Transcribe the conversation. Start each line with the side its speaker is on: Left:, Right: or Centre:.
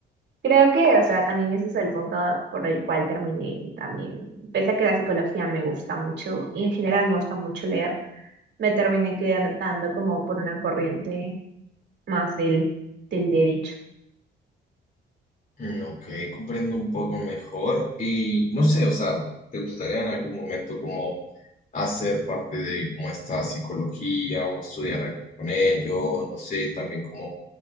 Right: creo que, o sea, también ese es el punto por el cual terminé también. Pese a que la psicología me gusta mucho y en general me gusta mucho leer, me terminé quedando como por una corriente más del, del derecho.
Left: Mm, Ok, comprendo un poco mejor y no sé, o sea, ¿te gustaría en algún momento como hacer parte de como esta psicología o estudiar algo con ello? No sé, también como